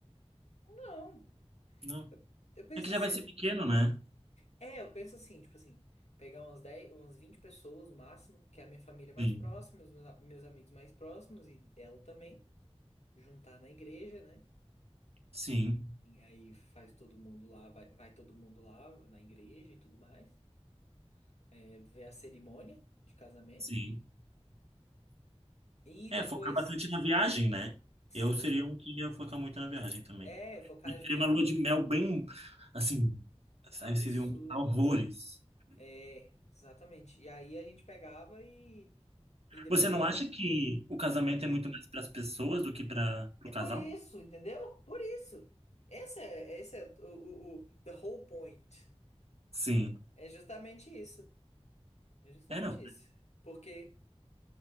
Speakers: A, on the left; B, on the right.
A: Não,
B: Não.
A: eu, eu penso
B: É que já
A: assim.
B: vai ser pequeno, né?
A: É, eu penso assim, tipo assim, pegar umas 10, umas 20 pessoas no máximo, que é a minha família mais
B: Sim,
A: próxima, os meus, a- meus amigos mais próximos e ela também, juntar na igreja, né?
B: sim,
A: E aí faz todo mundo lá, vai, vai todo mundo lá na igreja e tudo mais. É, ver a cerimônia de casamento.
B: sim.
A: E
B: É,
A: depois,
B: focar bastante na viagem, né?
A: sim,
B: Eu seria um que ia focar muito na viagem também.
A: é, focar
B: Eu queria
A: justamente.
B: uma lua de mel bem, assim,
A: Absurda.
B: aí vocês iam gostar horrores.
A: É, exatamente. E aí a gente pegava e, e depois
B: Você não
A: de
B: acha
A: um.
B: que o casamento
A: Ah.
B: é muito mais para as pessoas do que para
A: É
B: o casal?
A: por isso, entendeu? Por isso. Essa é, essa é o, o, o- the whole point.
B: Sim.
A: É justamente isso. É justamente
B: É, não.
A: isso. Porque